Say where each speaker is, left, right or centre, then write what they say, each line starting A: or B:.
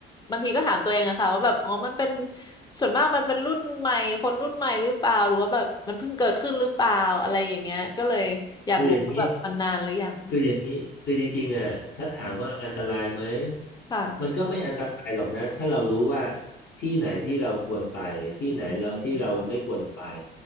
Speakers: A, on the left; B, on the left.
A: บางทีก็ถามตัวเองอะค่ะว่าแบบอ๋อมันเป็นส่วนมากมันเป็นรุ่นใหม่คนรุ่นใหม่หรือเปล่าหรือว่าแบบมันเพิ่งเกิดขึ้นหรือเปล่าอะไรอย่างเงี้ยก็เลยอยากรู้ว่าแบบมันนานหรือยัง
B: คืออย่างนี้ คืออย่างนี้คือจริงๆอ่ะถ้าถามว่าอันตรายไหม
A: ค่ะ
B: มันก็ไม่อันตรายหรอกนะถ้าเรารู้ว่าที่ไหนที่เราควรไปที่ไหนเราที่เราไม่ควรไป
A: อืม